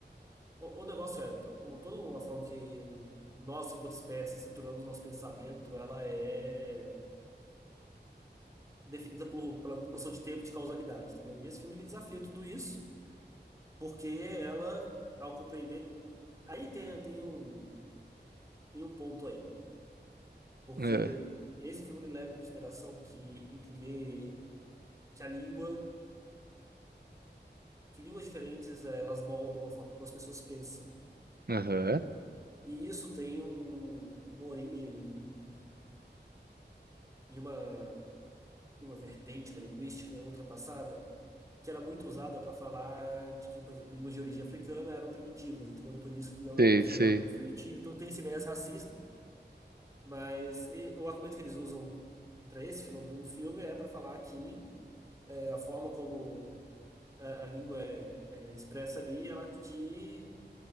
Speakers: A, on the right; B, on the right.
A: O, o negócio é, então, o, toda a forma que nós, enquanto espécie, estruturamos nosso pensamento, ela é definida por, pela noção de tempo e de causalidade, entendeu? E esse filme ele desafia tudo isso, porque ela, ao compreender. Aí tem, tem um, tem um ponto aí, porque
B: É,
A: esse filme ele leva em consideração que entender que a língua, que línguas diferentes, eh, elas moldam a forma como as pessoas pensam.
B: Aham,
A: E isso tem um- uma origem em, em uma, em uma vertente da linguística ultrapassada, que era muito usada para falar de que, por exemplo, línguas de origem africana eram primitivas, entendeu? Por isso que o
B: sei,
A: africano
B: sei.
A: era um povo primitivo. Então tem esse viés racista, mas e- o argumento que eles usam para esse fenômeno no filme é para falar que é, a forma como a, a língua é, é expressa ali, ela te